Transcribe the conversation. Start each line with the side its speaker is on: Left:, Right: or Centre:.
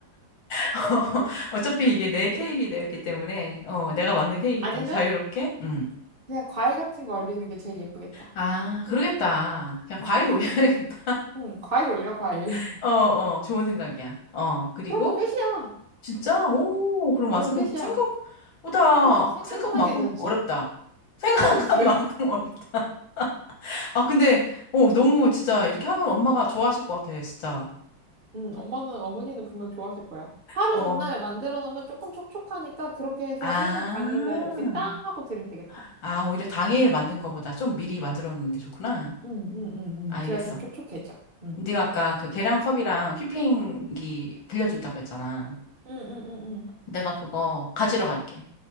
Left: <laughs> 어차피 이게 내 케이크이기 때문에, 어, 내가
Right: 응,
Left: 만든 케이크이기
Right: 아니면
Left: 때문에 자유롭게, 음.
Right: 그냥 과일 같은 거 올리는 게 제일 예쁘겠다.
Left: 아, 그러겠다. 그냥 과일
Right: 응, 응,
Left: 올려야겠다.
Right: 응. 응, 과일 올려, 과일.
Left: <laughs>
Right: <laughs>
Left: 어, 어, 좋은 생각이야. 어, 그리고,
Right: 그러면 끝이야.
Left: 진짜, 오,
Right: 응.
Left: 그럼
Right: 그럼
Left: 완성이
Right: 끝이야.
Left: 생각보다,
Right: 응, 생각보단
Left: 생각만큼
Right: 괜찮지.
Left: 어렵다. 생각한
Right: 아, 어, <laughs> 그래.
Left: 만큼 <laughs> 어렵다. 아, 근데, 어, 너무 진짜, 이렇게 하면 엄마가 좋아하실 것 같아, 진짜.
Right: 응, 엄마는, 어머니는 분명 좋아하실 거야. 하루
Left: 어.
Right: 전날에 만들어 놓으면 조금 촉촉하니까 그렇게 해서
Left: 아,
Right: 생일 당일날 이렇게 땅 하고 드리면 되겠다.
Left: 아, 오히려 당일 만든 거보다 좀 미리 만들어 놓는 게 좋구나.
Right: 응, 응, 응,
Left: 알겠어.
Right: 응. 그래야 좀 촉촉해져. 응.
Left: 네가 아까 그 계량컵이랑 휘핑기 빌려준다고 했잖아.
Right: 응, 응, 응, 응.
Left: 내가 그거 가지러 갈게.